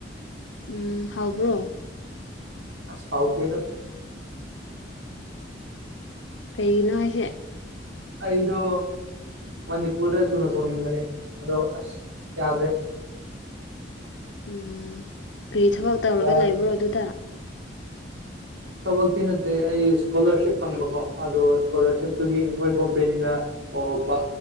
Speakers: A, on the left; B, on the right.
A: ꯎꯝ ꯍꯥꯎꯕ꯭ꯔꯣ
B: ꯐꯥꯎ ꯀꯗ
A: ꯀꯩꯒꯤꯅꯣ ꯍꯥꯏꯁꯦ
B: ꯑꯩꯗꯣ ꯃꯅꯤꯄꯨꯔꯗ ꯊꯨꯅ ꯇꯣꯡꯅꯤꯡꯕꯅꯦ ꯑꯗꯣ ꯑꯁ ꯌꯥꯗ꯭ꯔꯦ ꯎ
A: ꯎꯝ ꯀꯔꯤ ꯊꯕꯛ ꯇꯧꯔꯒ
B: ꯋꯥꯔꯦ
A: ꯂꯩꯕ꯭ꯔꯣ ꯑꯗꯨꯗ
B: ꯊꯕꯛꯇꯤ ꯅꯠꯇꯦ ꯑꯩ ꯏꯁꯀꯣꯂꯥꯔꯁꯤꯞ ꯐꯪꯕꯀꯣ ꯑꯗꯣ ꯏꯁꯀꯣꯂꯥꯔꯁꯤꯞꯇꯨꯒꯤ ꯃꯣꯏ ꯀꯣꯝꯄꯦꯅꯤꯅ ꯍꯧꯧꯔꯛꯄ